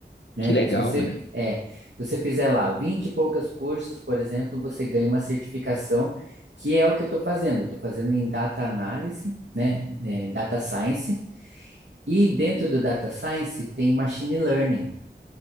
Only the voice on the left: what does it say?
Que legal,
mano.